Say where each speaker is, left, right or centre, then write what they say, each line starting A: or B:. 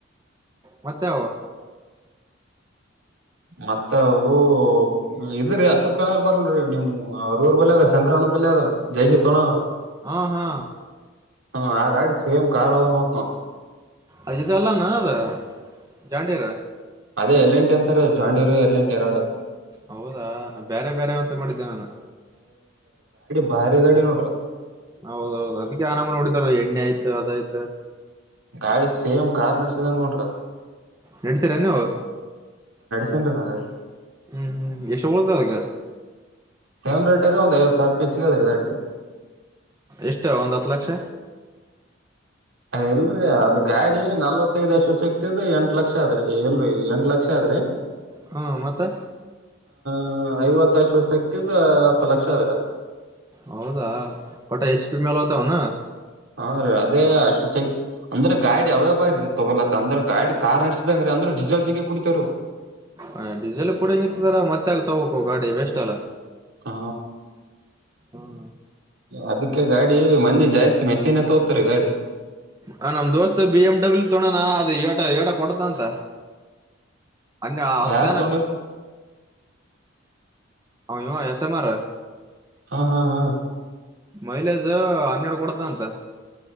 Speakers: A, on the right; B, on the right.
A: ಮತ್ತೆ <unintelligible>
B: ಮತ್ತ ಅವು ಇದ್ರೀ ಅಸರ್ ಕರರ್ ಬರಲ್ರಿ ನೀಮ್ ಅವ್ರ ಇವ್ರ ಬಲ್ಯ ಅದ ಶಂಕರಾನ ಬಲ್ ಅದ ಜಯ ಶಕ್ತೋಣ
A: ಹ ಹಾ
B: ಹ್ಮ ಆ ಗಾಡಿ ಸೇಮ್ ಕಾರ್ ಹಓದಂಗ ಹತನವು
A: ಅದು ಅಲ್ಲ ನ ಅದ ಜಾಂಡೀರ
B: ಅದೇ ಎಲ್ಲೆಂಟಿ ಅಂತಾರ ಜಾಂಡಿರು ಎಲ್ಲೆಂಟಿ ಎರಡು
A: ಹೌದಾ ನ ಬೇರೆ ಬೇರೆ ಅಂತ ಮಾಡಿದ್ದೇ ನಾನು
B: ಬಾರಿ ಗಾಡಿ ನೋಡ್ರ
A: ಹೌದೌದು ಅದಕ್ಕೆ ಆನಾಮ ನೋಡಿದಾರ ಎಣ್ಣೆ ಆಯ್ತು ಅದಾಯ್ತು
B: ಗಾಳ ಸೇಮ್ ಕಾರ್ ನಡ್ಸಿದಂಗಟ್ರದು
A: ನಡ್ಸಿರನ್ನು
B: ಚ ನಾಗರ್
A: ಹ್ಮ್ ಹ್ಮ್ ಎಷ್ಟು ಮೂದ ಅಕ್ಕ
B: ಹ್ಯಾಟರ ಒಂದು ಐವತ್ತು ಸಾವಿ ರೂಪಾಯಿ ಹೆಚ್ಚಿಗೆ ಅದ ರ ಗಾಡಿಗೆ
A: ಎಷ್ಟ ಒಂದ್ ಹತ್ತು ಲಕ್ಷ
B: ಎಲ್ರಿ ಅದ ಗಾಡಿ ನಲ್ವತ್ತದ್ಷಸಿಗ್ತದ ಎಂಟ ಲಕ್ಷ ಆದದ್ರಿ ಎಲ್ರಿ ಎಂಟ ಲಕ್ಷ ಆದದ್ರಿ
A: ಹಾ ಮತ್ತೆ
B: ಹ್ಮ ಐವತ್ತಷ್ಟು ಶಕ್ತಿದ್ದ ಹತ್ತು ಲಕ್ಷ ಅದ್ರ
A: ಹೌದಾ ಒಟ್ಟ ಹೆಚ್ ಪಿ ಮೇಲೆ ಹತಾವನ
B: ಹಾ ರೀ ಅದೇ ಅ ಶುಚಾಗಿ ಅಂದ್ರೆ ಗಾಡಿ ಅವೇ ಬಾರಿ ರೀ ತೊಗೋಲಕ್ ಅಂದ್ರೆ ಗಾಡಿ ಕಾರ್ ನಡೆಸಿದಂಗೀ ಅಂದ್ರೆ ಡೀಜೆಲ್ ಜಗ ಕುಡಿತಾರರು
A: ಹ ಡೀಸೆಲ್ ಕೂಡ ಇತ್ತದಾರ ಮತ್ತೆ ಆಗ್ತಬೇಕು ಗಾಡಿ ವೇಸ್ಟ್ ಅಲ್ಲ
B: ಹಾ
A: ಹ್ಮ್
B: ಅದ ಯಾಕೆ ಗಾಡಿ ಮಂದಿ ಜಾಸ್ತಿ ಮೆಸೀನ್ ತೋತರಿ ಗಾಡಿ
A: ಹ ನಮ್ ದೋಸ್ತ್ ಬಿ ಎಮ್ ಡಬ್ಲ್ಯ ತೊಳೋಣ ಅದ ಏಟ ಏಟ ಕೊಡತ ಅಂತ ಅೆ ಆತ್ತ
B: ಯಾರ್
A: ನನ್ನ
B: ತೊಂಡ್ರ
A: ಹ ಇ ಎಸೆ ಮಾಡಾರ
B: ಹಾ ಹಾ ಹಾ
A: ಮೈಲೇಜ್ ಹನ್ನೆರಡು ಕೊಡತ ಅಂತ